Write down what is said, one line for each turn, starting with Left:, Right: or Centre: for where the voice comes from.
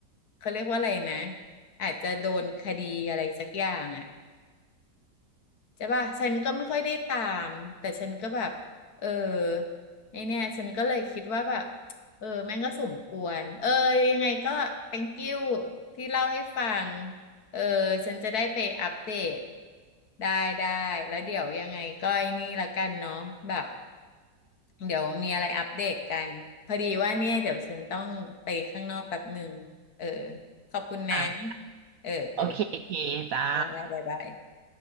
Left: เขาเรียกว่าอะไรนะอาจจะโดนคดีอะไรสักอย่างอะ ใช่ป่ะฉันก็ไม่ค่อยได้ตาม แต่ฉันก็แบบเออไอเนี่ยฉันก็เลยคิดว่าแบบเออ แม่งก็สมควรเออยังไงก็ thank you ที่เล่าให้ฟัง เออ ฉันจะได้ไปอัปเดตได้ได้แล้วเดี๋ยวยังไงก็ไอ้นี่ละกันเนาะแบบ เดี๋ยวมีอะไรอัปเดตกัน พอดีว่าเนี่ยเดี๋ยวฉันต้องไปข้างนอกแป๊บหนึ่ง เออ ขอบคุณนะ
Right: อ่ะ
Left: เออ เออ
Right: โอเคโอเคจ้า
Left: ได้บ๊ายบาย